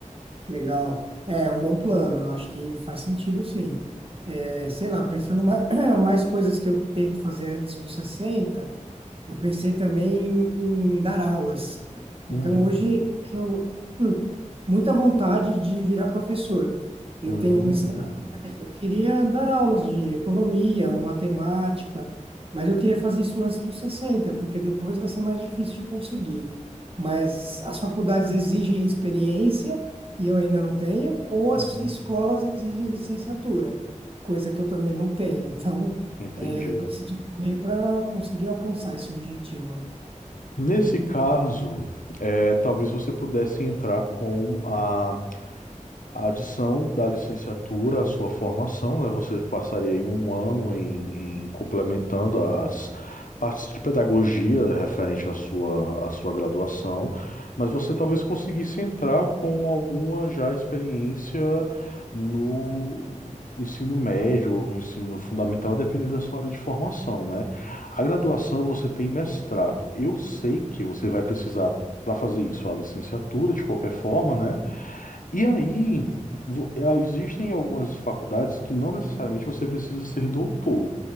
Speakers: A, on the right; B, on the left.
A: é Legal. É um bom plano, eu acho que faz sentido, sim. É, sei lá, pensando mais, <clears throat> mais coisas que eu tenho que fazer antes dos 60, Eu pensei também em dar aulas. Então,
B: Uhum.
A: hoje eu tenho hum, muita vontade de virar professor. Eu
B: Hum,
A: tenho uma eu queria dar aulas de economia ou matemática, mas eu queria fazer isso antes dos 60, porque depois vai ser mais difícil de conseguir. Mas as faculdades exigem experiência, e eu ainda não tenho, ou as
B: uhum.
A: escolas exigem licenciatura, coisa que eu também não tenho. Então,
B: Entendi.
A: eh, eu preciso correr para conseguir alcançar esse objetivo.
B: Nesse caso, é, talvez você pudesse entrar com a A adição da licenciatura à sua formação, né? Você passaria aí um ano em, em complementando a- as partes de pedagogia referente à sua, à sua graduação, mas você talvez conseguisse entrar com alguma já experiência no ensino médio ou no ensino fundamental, a depender da sua área de formação, né? A graduação você tem mestrado. Eu sei que você vai precisar, para fazer isso, a licenciatura de qualquer forma, né? E aí, vo- é, existem algumas faculdades que não necessariamente você precisa ser doutor.